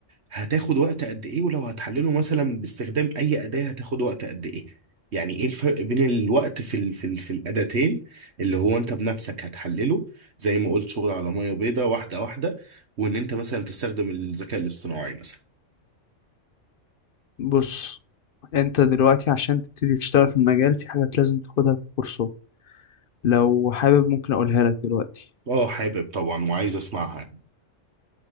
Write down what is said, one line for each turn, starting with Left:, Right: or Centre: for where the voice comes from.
Right: هتاخد وقت قد ايه ولو هتحلله مثلا باستخدام اي اداة هتاخد وقت قد ايه يعني ايه الفرق بين الوقت في ال في ال في الاداتين اللي هو انت بنفسك هتحلله زي ما قلت شغل على ميه بيضاء واحدة واحدة وان انت مثلا تستخدم الذكاء الاصطناعي مثلا
Left: بص انت دلوقتي عشان تبتدي تشتغل في المجال في حاجات لازم تاخدها ككورسات لو حابب ممكن أقولها لك دلوقتي
Right: اه حابب طبعا وعايز اسمعها يعني.